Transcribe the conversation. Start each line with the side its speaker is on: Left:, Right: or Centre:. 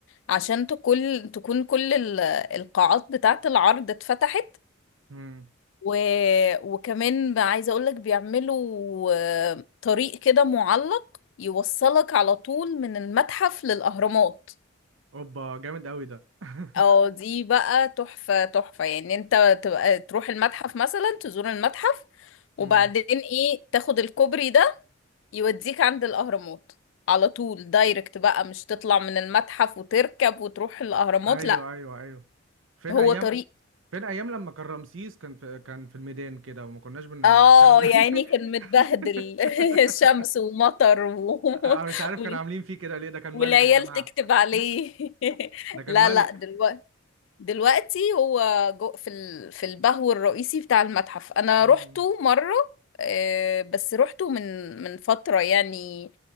Left: عشان تكون تكون كل ال- القاعات بتاعة العرض اتفتحت
Right: م.
Left: و... وكمان عايزة اقولك بيعملوا آه، طريق كده معلق يوصلك على طول من المتحف للأهرامات
Right: اوبا جامد قوي ده <laughs>
Left: اه دي بقى تحفة تحفة يعني انت تبقى تروح المتحف مثلا تزور المتحف وبعدين
Right: مم.
Left: ايه تاخد الكوبري ده يوديك عند الأهرامات على طول دايركت بقى مش تطلع من المتحف وتركب وتروح الأهرامات
Right: ايوه
Left: لا
Right: ايوه ايوه فين
Left: هو
Right: ايام
Left: طريق
Right: فين ايام لما كان رمسيس كان في كان في الميدان كده وما كناش بنحتاج
Left: اه
Right: ن- <laughs>
Left: يعني كان متبهدل <laughs> شمس ومطر و...
Right: انا
Left: <laughs>
Right: مش عارف
Left: وال-
Right: كانوا عاملين فيه كده ليه ده كان
Left: والعيال
Right: ملك يا جماعة
Left: تكتب عليه
Right: <laughs>
Left: <laughs>
Right: ده كان
Left: لا
Right: ملك
Left: لا دلوقتي دلوقتي هو جو في ال... في البهو الرئيسي بتاع المتحف انا
Right: مم.
Left: روحته مرة آه، بس روحته من من فترة يعني